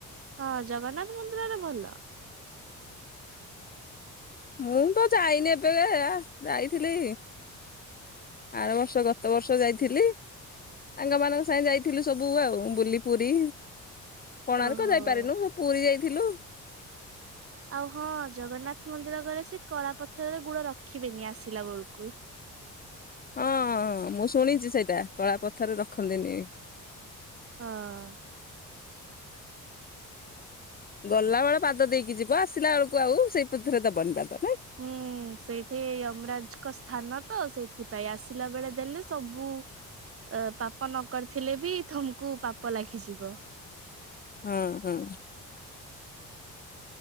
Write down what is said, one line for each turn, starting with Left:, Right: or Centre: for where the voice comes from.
Right: ହଁ ଜଗନ୍ନାଥ ମନ୍ଦିରରେ ଭଲ।
Left: ମୁଁ ତ ଯାଇନି ଏବେ ଯାଇଥିଲି ଆର ବର୍ଷ ଗତ ବର୍ଷ ଯାଇଥିଲି। ସାଙ୍ଗ ମାନଙ୍କ ସାଙ୍ଗେ ଯାଇଥିଲୁ ସବୁ ଆଉ ବୁଲି ପୁରୀ। କୋଣାର୍କ
Right: ଓହୋ।
Left: ଯାଇପାରିନୁ ପୁରୀ ଯାଇଥିଲୁ।
Right: ଆଉ ହଁ ଜଗନ୍ନାଥ ମନ୍ଦିର କରେ ସେ କଳା ପଥରରେ ଗୁଡ ରଖିବେନି ଆସିଲା ବେଳକୁ।
Left: ହଁ ମୁଁ ଶୁଣିଛି ସେଇଟା କଳା ପଥର ରେ ରଖନ୍ତିନି।
Right: ହଁ।
Left: ଗଲା ବେଳ ପାଦ ଦେଇକି ଯିବ ଆସିଲା ଏଳକୁ ଆଉ ସେଇ ପଥରେ ଦବନି ପାଦ ନାଇଁ।
Right: ହୁଁ। ସେଇଠି ୟମରାଜଙ୍କ ସ୍ଥାନ ତ ସେଇଥିପାଇଁ ଆସିଲା ବେଳେ ଦେଲେ ସବୁ ଅ ପାପ ନ କରିଥିଲେ ବି ତମକୁ ପାପ ଲାଗିଯିବ।
Left: ହଁ ହଁ।